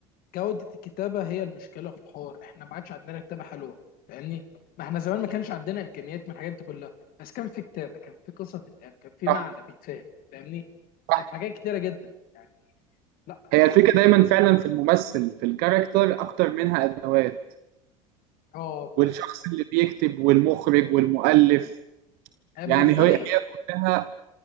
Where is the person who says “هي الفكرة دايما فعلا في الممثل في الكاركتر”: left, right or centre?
Right